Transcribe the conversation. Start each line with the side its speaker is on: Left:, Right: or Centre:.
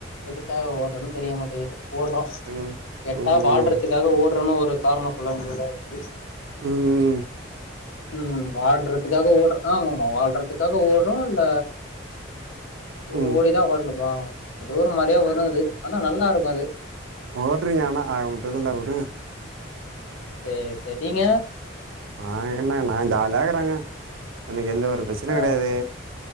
Left: எதுக்காக ஓட்றனு தெரிய மாட்டேது ஓட்றோ
Right: ம்
Left: கேட்டா
Right: ம்
Left: வாழ்றதுக்காக ஓட்றோனு ஒரு காரணோ சொல்ல வேண்டிதா இருக்கு
Right: ம் ம்
Left: ம் வாழ்றதுகாக ஓடுறோ ஆமா ஆமா வாழ்றதுகாக ஓடுறோ இல்ல ஓ
Right: ம்
Left: ஓடிதா வாழனுமா ஏதோ ஒரு மாரியா வரு அது ஆனா நல்லா இருக்காது
Right: ஓடுரிங்க ஆனா ஆகமொத்ததுல வுடுங்க
Left: செர் செரி நீங்க
Right: ஆ என்ன நா ஜாலியாயிகுறேங்க எனக்கு எந்த ஒரு பிரச்ச ன்னயு
Left: ஆ
Right: கெடயாது